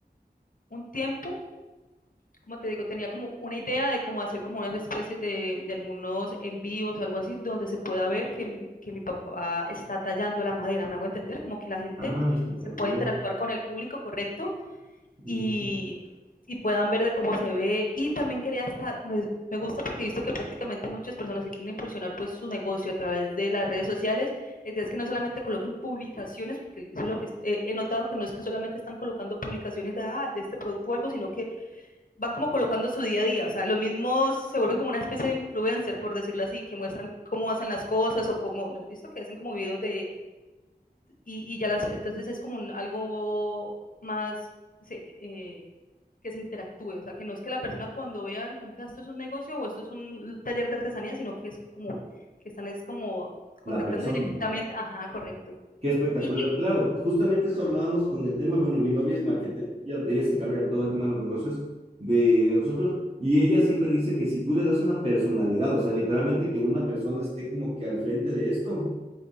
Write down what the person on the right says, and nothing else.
Ah, espectacular.
Ujú.
La persona.
Qué espectacular,
claro. Justamente eso hablábamos con el tema. Bueno, mi novia es marketera, ella, ella se encarga de todo el tema de los negocios de, de nosotros y ella siempre dice que si tú le das una personalidad, o sea, literalmente que una persona esté como que al frente de esto,